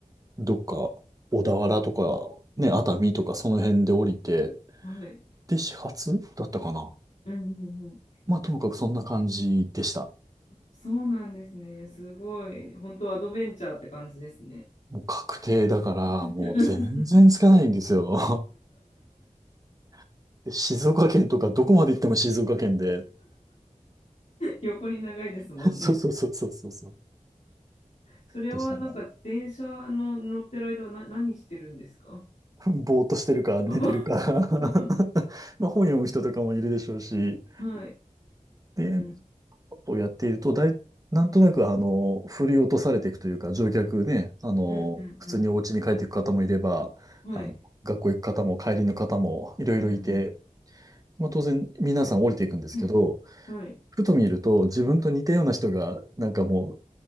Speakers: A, on the right; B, on the left.
A: どっか、小田原とか、ね、熱海とかその辺で降りて、
B: はい。
A: で、始発だったかな。
B: うん、うん、うん。
A: まあ、ともかくそんな感じでした。
B: そうなんですね。すごい。本当アドベンチャーって感じですね。
A: もう確定だから、
B: <laughs>
A: もう全然つかないんですよ。<laughs> で静岡県とか、どこまで行っても静岡県で。
B: 横に長いですもんね。
A: <laughs> そうそうそうそうそうそう。
B: それはなんか電車の乗ってる間はな何してるんですか
A: でしたね。ぼーっとしてるか、寝てるか
B: あば <laughs>
A: <laughs> まあ、本読む人とかもいるでしょうし。
B: はい。
A: で、
B: うん。
A: をやっていると、だい、なんとなく、あの、振り落とされていくというか、乗客ね、あの、
B: うん
A: 普通にお家に帰っていく方もいれば、
B: うんうん。
A: あの、
B: はい。
A: 学校行く方も帰りの方もいろいろいて、
B: うんうん
A: まあ、当然皆さん降りていくんですけど、
B: うん。はい。
A: ふと見ると自分と似たような人が、なんかもう、